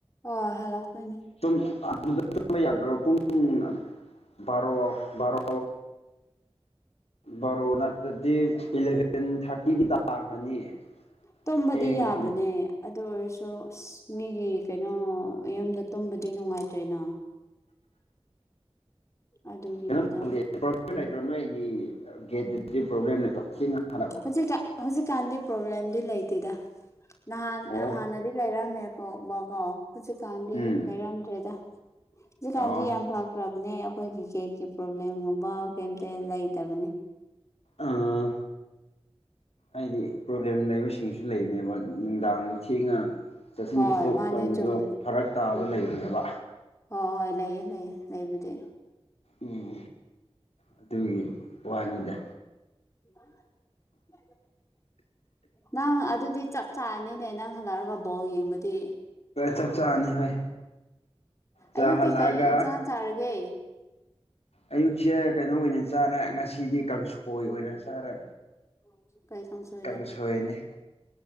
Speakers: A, on the left; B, on the left.
A: ꯍꯣꯏ ꯍꯜꯂꯛꯇꯣꯏꯅꯦ
B: ꯇꯨꯝꯕ ꯌꯥꯗ꯭ꯔꯕ ꯄꯨꯡ ꯕꯥꯔꯣ ꯕꯥꯔꯣ ꯕꯔꯣ ꯅꯠꯇ꯭ꯔꯗꯤ ꯏꯂꯚꯦꯟ ꯊꯥꯔꯇꯤꯒꯤ ꯇꯥꯈ꯭ꯔꯅꯤ
A: ꯇꯨꯝꯕꯗꯤ
B: ꯊꯦꯡꯈ꯭ꯔꯅꯤ
A: ꯌꯥꯕꯅꯦ ꯑꯗꯨ ꯑꯣꯏꯔꯁꯨ ꯑꯁ ꯃꯤꯒꯤ ꯀꯩꯅꯣ ꯃꯌꯨꯝꯗ ꯇꯨꯝꯕꯗꯤ ꯅꯨꯡꯉꯥꯏꯇ꯭ꯔꯦꯅ ꯑꯗꯨꯒꯤꯅꯤꯗ
B: ꯀꯩꯅꯣ ꯇꯧꯗꯦ ꯄ꯭ꯔꯣꯕ꯭ꯂꯦꯝ ꯂꯩꯀ꯭ꯔꯣ ꯅꯣꯏꯒꯤ ꯒꯦꯠꯇꯗꯤ ꯄ꯭ꯔꯣꯕ꯭ꯂꯦꯝ ꯂꯩꯀꯣ ꯆꯁꯤꯡ ꯍꯜꯂꯨꯞ
A: ꯍꯧꯖꯤꯛꯀꯥ ꯍꯧꯖꯤꯛꯀꯥꯟꯗꯤ ꯄ꯭ꯔꯣꯕ꯭ꯂꯦꯝꯗꯤ ꯂꯩꯇꯦꯗ ꯅꯍꯥꯟ
B: ꯑꯣ
A: ꯑ ꯅꯗꯤ ꯂꯩꯔꯝꯃꯦ ꯀꯣꯛꯕꯀꯣ ꯍꯧꯖꯤꯛꯀꯥꯟꯗꯤ
B: ꯎꯝ
A: ꯂꯩꯔꯝꯗ꯭ꯔꯦꯗ ꯍꯧꯖꯤꯛꯀꯥꯟꯗꯤ
B: ꯑꯣ
A: ꯌꯥꯝ ꯐ ꯈ꯭ꯔꯕꯅꯦ ꯑꯩꯈꯣꯏꯒꯤ <unintelligible> ꯄ꯭ꯔꯣꯕ꯭ꯂꯦꯝꯒꯨꯝꯕ ꯀꯩꯝꯇ ꯂꯩꯇꯕꯅꯦ
B: ꯑꯥ ꯍꯥꯏꯗꯤ ꯄ꯭ꯔꯣꯕ꯭ꯂꯦꯝ ꯂꯩꯕꯁꯤꯡꯁꯨ ꯂꯩꯕꯅꯦꯕ ꯅꯨꯡꯗꯥꯡ ꯊꯦꯡꯅ ꯆꯠꯁꯤꯟ
A: ꯍꯣꯏ
B: ꯆꯠꯊꯣꯛ
A: ꯃꯥꯅꯦ
B: ꯇꯧꯕꯗꯣ
A: ꯆꯨꯝꯃꯦ
B: ꯐꯔꯛ ꯇꯥꯕ
A: ꯎꯝ
B: ꯂꯩꯕꯅꯦꯕ
A: ꯍꯣꯏ ꯍꯣꯏ ꯂꯩꯑ ꯂꯩꯑ ꯂꯩꯕꯨꯗꯤ
B: ꯎꯝ ꯑꯗꯨꯒꯤ ꯋꯥꯅꯤꯗ
A: <inaudible> ꯅꯪ ꯑꯗꯨꯗꯤ ꯆꯞ ꯆꯥꯔꯅꯤꯅꯦ ꯅꯪ ꯍꯜꯂꯛꯑꯒ ꯕꯣꯜ ꯌꯦꯡꯕꯗꯤ
B: ꯆꯞ ꯆꯥꯅꯤ ꯍꯣꯏ ꯆꯥꯍꯜꯂꯛꯑꯒ
A: ꯑꯌꯨꯛꯇꯤ ꯀꯩ ꯏꯟꯁꯥꯡ ꯆꯥꯔꯒꯦ
B: ꯑꯌꯨꯛꯁꯦ ꯀꯩꯅꯣ ꯑꯣꯏꯅ ꯆꯥꯔꯦ ꯉꯁꯤꯗꯤ ꯀꯥꯡꯁꯣꯏ ꯑꯣꯏꯅ ꯆꯥꯔꯦ
A: <unintelligible>
B: ꯀꯥꯡꯁꯣꯏꯅꯤ